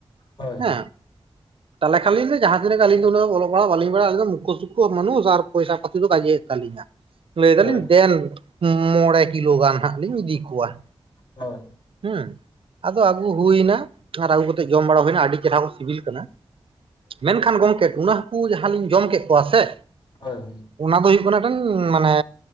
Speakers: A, on the left; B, on the right.
A: ᱦᱳᱭ ᱦᱳᱭ ᱦᱳᱭ
B: ᱦᱮᱸ, ᱛᱟᱦᱚᱞᱮ ᱠᱷᱟᱱᱞᱤᱧ ᱞᱮ ᱡᱟᱦᱟᱸ ᱛᱤᱱᱟᱹᱜ ᱜᱮ ᱟᱞᱤᱧ ᱫᱚ ᱩᱱᱟᱹᱜ ᱚᱞᱚᱜ ᱯᱟᱲᱟᱜ ᱵᱟᱹᱞᱤᱧ ᱵᱟᱰᱟᱭᱟ, ᱟᱞᱤᱧ ᱫᱚ ᱢᱩᱠᱠᱷᱚᱼᱥᱩᱠᱠᱷᱚ ᱢᱟᱱᱩᱥ ᱟᱨ ᱯᱚᱭᱥᱟ ᱯᱟᱛᱤ ᱫᱚ ᱠᱟᱡᱮ ᱛᱟᱞᱤᱧ᱾ ᱞᱟᱹᱭ ᱫᱟᱞᱤᱧ
A: ᱦᱳᱭ
B: ᱫᱮᱱ ᱢᱚᱬᱮ ᱠᱤᱞᱳ ᱜᱟᱱ ᱦᱟᱸᱜ ᱞᱤᱧ ᱤᱫᱤ ᱠᱚᱣᱟ᱾
A: ᱦᱳᱭ᱾
B: ᱦᱩᱸ᱾ ᱟᱫᱚ ᱟᱹᱜᱩ ᱦᱩᱭᱱᱟ, ᱟᱨ ᱟᱹᱜᱩ ᱠᱟᱛᱮᱫ ᱡᱚᱢ ᱵᱟᱲᱟ ᱦᱩᱭᱱᱟ ᱟᱹᱰᱤ ᱪᱮᱨᱦᱟ ᱠᱚ ᱥᱤᱵᱤᱞ ᱠᱟᱱᱟ᱾ ᱢᱮᱱᱠᱷᱟᱱ ᱜᱚᱢᱠᱮ ᱴᱩᱱᱟᱹ ᱦᱟᱹᱠᱩ ᱡᱟᱦᱟᱸ ᱞᱤᱧ ᱡᱚᱢ ᱠᱮᱫ ᱠᱚᱣᱟ ᱥᱮ
A: ᱦᱳᱭ᱾
B: ᱚᱱᱟ ᱫᱚ ᱦᱩᱭᱩᱜ ᱠᱟᱱᱟ ᱴᱮᱱ ᱢᱟᱱᱮ,